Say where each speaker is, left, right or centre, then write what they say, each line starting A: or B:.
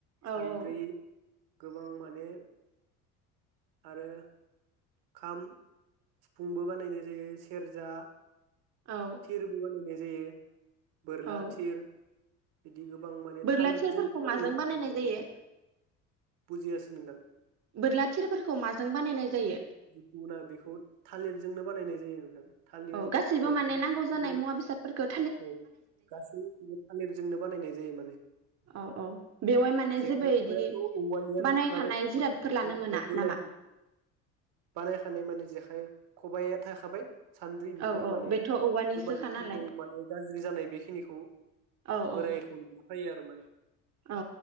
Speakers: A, on the right; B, on the right.
A: औ
B: सान्द्रि
A: औ
B: गोबां माने आरो खाम सिफुंबो बानायनाय जायो सेरजा
A: औ
B: थिरबो बानायनाय जायो। बोरला
A: औ
B: थिर बिदि गोबां माने
A: बोरला
B: थालिरजोंनो
A: थिरफोरखौ
B: बानायो
A: माजों
B: आरो
A: बानायनाय
B: बेफोरखौ
A: जायो
B: बुजियासै नोंथां
A: बोरला थिरफोरखौ माजों बानायनाय जायो
B: गुबुना बेखौ थालिरजोंनो बानायनाय जायो नोंथां। थालिर
A: औ गासैबो
B: दंफां
A: माने नांगौ जानाय मुवा बेसादफोरखो
B: औ गासैबो थालिरजोंनो बानायनाय जायो माने।
A: औ औ बेवहाय माने
B: जेखाइ
A: जेबो इदि
B: खबाइयाथ' औवानियानो
A: बानायखानाय
B: थाखाबाय
A: जिरादफोर
B: जेखाइ
A: लानो
B: खबाइ
A: मोना
B: बोरायखौ
A: नामा?
B: बानायखानाय माने जेखाइ फाय खबाइया थाखाबाय। सान्द्रि बेफोर
A: औ औ
B: माने
A: बेथ' औवानिसोखा
B: गोबां
A: नालाय
B: गोबाव माने गाज्रि जानाय बेखिनिखौ
A: औ
B: बोरायखौ
A: औ
B: मोनखायो आरो माने।
A: औ